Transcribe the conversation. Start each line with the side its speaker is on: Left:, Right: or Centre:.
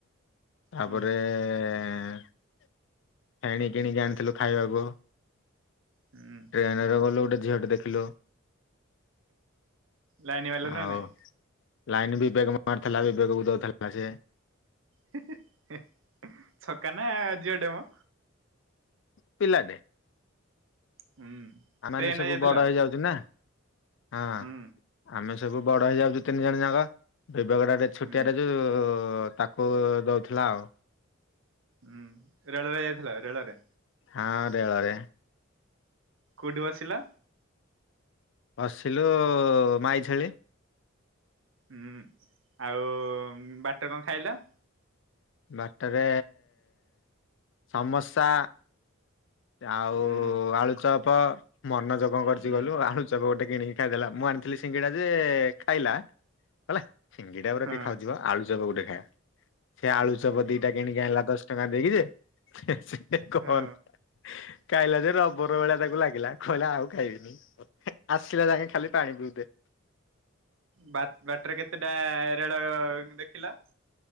Left: ତାପରେ
Right: ହୁଁ
Left: ଫେଣି କିଣିକି ଆଣିଥିଲୁ ଖାଇବାକୁ।
Right: ହୁଁ।
Left: ଟ୍ରେନେରେ ଗଲୁ ଗୋଟେ ଝିଅଟେ ଦେଖିଲୁ
Right: ଲାଇନ ବାଲା
Left: ଆଉ
Right: ନା ନାଇଁ
Left: ଲାଇନି ବିବେକ ମାରଥିଲା ବିବେକକୁ ଦୋଉଥୁଲା ସିଏ।
Right: ହି ହି ହି ଛକା ନା ଝିଅଟେ ମ?
Left: ପିଲା
Right: ହୁଁ।
Left: ଆମେମାନେ
Right: ଟ୍ରେନରେ
Left: ସବୁ
Right: ଯାଇଥିଲ?
Left: ବଡ ହେଇଯାଉଚୁ ନା ହଁ
Right: ହୁଁ
Left: ଆମେ ସ ସବୁ ବଡ ହେଇଯାଉଚୁ ତିନିଜଣ ଯାକ ବିବେକଟା ଟେ ଛୋଟିଆଟେ
Right: ହୁଁ
Left: ଯୋଉ ତା କୁ ଦୋଉଥୁଲା ଆଉ।
Right: ଉଁ ରେଳରେ ଯାଇଥିଲା ରେଳରେ
Left: ହଁ ରେଳରେ।
Right: କୋଉଠି ବସିଲା?
Left: ବସିଲୁ ମାଇ ଛେଳି
Right: ଉଁ ଆଉ ବାଟରେ କଣ ଖାଇଲ?
Left: ବାଟରେ ସମସା ଆଉ
Right: ହୁଁ
Left: ଆଳୁଚପ ମନୋଜ କଣ କରିଚି
Right: ହୁଁ
Left: କହିଲୁ ଆଳୁ ଚପ ଗୋଟେ କିଣିକି ଖାଇଦେଲା ମୁଁ ଆଣିଥିଲି ସିଙ୍ଗେଡା ଯେ ଖାଇଲା। କହିଲା ସିଙ୍ଗିଡା ଗୁରା
Right: ହଁ
Left: କିଏ ଖାଉଚି ବ ଆଳୁଚତ ଗୋଟେ ଖାଇବା। ସେ ଆଳୁଚପ ଦିଟା କିଣିକି ଆଣିଲା ଦଶଟଙ୍କା ଦେଇକି ଯେ ସିଏ ଗନ୍ଧ
Right: ହଁ
Left: ଖାଇଲା ଯେ ରବ୍ ବର ଭଳିଆ ତାକୁ ଲାଗିଲା କହିଲା ଆଉ ଖାଇବିନି ଆସିଲା ଯାକେ ଖାଲି ପାଣି ପିଉଥାଏ।
Right: ବା ବାଟରେ କେତେଟା ରେଳ ଦେଖିଲା?